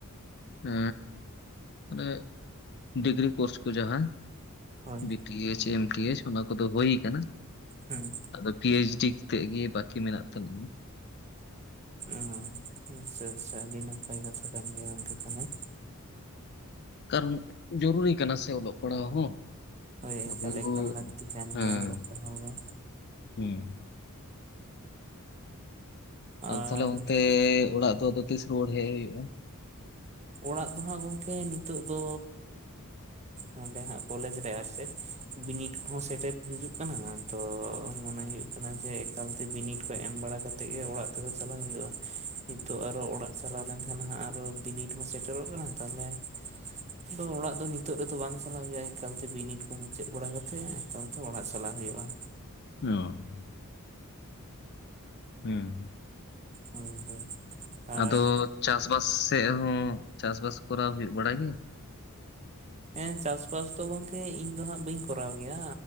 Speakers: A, on the left; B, on the right.
A: ᱮ ᱢᱟᱱᱮ ᱰᱤᱜᱽᱨᱤ ᱠᱳᱨᱥ ᱠᱚ ᱡᱟᱦᱟᱸ
B: ᱦᱳᱭ
A: B T H M T H ᱚᱱᱟ ᱠᱚᱫᱚ ᱦᱩᱭ ᱠᱟᱱᱟ᱾
B: ᱦᱩᱸ
A: ᱟᱫᱚ ᱯᱤ ᱮᱭᱤᱪ ᱰᱤ ᱛᱮ ᱜᱮ ᱵᱟᱹᱠᱤ ᱢᱮᱱᱟᱜ ᱛᱟᱹᱟᱞᱤᱧᱟ
B: ᱚ ᱟᱪᱪᱷᱟ ᱟᱪᱪᱷᱟ ᱟᱹᱰᱤ ᱱᱟᱯᱟᱭ ᱠᱟᱛᱷᱟ ᱠᱟᱱ ᱜᱮᱭᱟ ᱜᱚᱝᱠᱮ ᱛᱟᱦᱞᱮ
A: ᱠᱟᱨᱚᱱ ᱡᱚᱨᱩᱨᱤ ᱠᱟᱱᱟ ᱥᱮ ᱚᱞᱚᱜ ᱯᱟᱲᱦᱟᱜ ᱦᱚᱸ
B: ᱦᱳᱭ ᱮᱠᱟᱞ
A: ᱟᱵᱚ
B: ᱮᱠᱟᱞ ᱞᱟᱹᱠᱛᱤ ᱠᱟᱱ
A: ᱦᱮᱸ
B: ᱜᱮᱭᱟ ᱚᱞᱚᱜ ᱯᱟᱲᱦᱟᱶ ᱫᱚ
A: ᱦᱩᱸ
B: ᱟᱨ
A: ᱟ ᱛᱟᱦᱞᱮ ᱚᱱᱛᱮ ᱚᱲᱟᱜ ᱫᱚᱫᱚ ᱛᱤᱥ ᱨᱩᱣᱟᱹᱲ ᱦᱮᱡ ᱦᱩᱭᱩᱜᱼᱟ᱾
B: ᱚᱲᱟᱜ ᱫᱚ ᱦᱟᱸᱜ ᱜᱚᱢᱠᱮ ᱱᱤᱛᱚᱜ ᱫᱚ ᱱᱚᱰᱮ ᱦᱟᱸᱜ ᱠᱚᱞᱮᱡᱽ ᱨᱮ ᱟᱨᱥᱮᱫ ᱵᱤᱱᱤᱰ ᱠᱚᱦᱚᱸ ᱥᱮᱴᱮᱨ ᱦᱤᱡᱩᱜ ᱦᱩᱭᱩᱜ ᱠᱟᱱᱟ ᱛᱚ ᱢᱚᱱᱮ ᱦᱩᱭᱩᱜ ᱠᱟᱱᱟ ᱡᱮ ᱮᱠᱟᱞᱛᱮ ᱵᱤᱱᱤᱰ ᱠᱚ ᱮᱢ ᱵᱟᱲᱟ ᱠᱟᱛᱮ ᱜᱮ ᱚᱲᱟᱜ ᱛᱮᱫᱚ ᱪᱟᱞᱟᱜ ᱦᱩᱭᱩᱜ ᱱᱤᱛᱚᱜ ᱟᱨᱚ ᱚᱲᱟᱜ ᱪᱟᱞᱟᱣ ᱞᱮᱱᱠᱷᱟᱱ ᱦᱟᱜ ᱟᱨᱚ ᱵᱤᱱᱤᱰ ᱥᱮᱴᱮᱨᱚᱜ ᱠᱟᱱᱟ ᱛᱟᱦᱞᱮ ᱫᱚ ᱚᱲᱟᱜ ᱫᱚ ᱱᱤᱛᱚᱜ ᱨᱮᱫᱚ ᱵᱟᱝ ᱪᱟᱞᱟᱜ ᱦᱩᱭᱩᱜᱼᱟ᱾ ᱮᱠᱟᱞᱛᱮ ᱵᱤᱱᱤᱰ ᱠᱚ ᱢᱩᱪᱟᱹᱫ ᱵᱟᱲᱟ ᱠᱟᱛᱮᱜ ᱮᱠᱟᱞᱛᱮ ᱚᱲᱟᱜ ᱪᱟᱞᱟᱜ ᱦᱩᱭᱩᱜᱼᱟ᱾ ᱦᱩᱭᱩᱜᱼᱟ᱾
A: <unintelligible> ᱦᱮᱸ ᱦᱮᱸ
B: ᱦᱳᱭ ᱦᱳᱭ ᱟᱨ
A: ᱟᱫᱚ ᱪᱟᱥᱵᱟᱥ ᱥᱮᱫ ᱦᱚᱸ ᱪᱟᱥᱵᱟᱥ ᱠᱚᱨᱟᱣ ᱦᱩᱭᱩᱜ ᱵᱟᱲᱟ ᱜᱮᱭᱟ?
B: ᱦᱮᱸ ᱪᱟᱥᱵᱟᱥ ᱫᱚ ᱜᱚᱝᱠᱮ ᱤᱧ ᱫᱚ ᱦᱟᱸᱜ ᱵᱟᱹᱧ ᱠᱚᱨᱟᱣ ᱜᱮᱭᱟ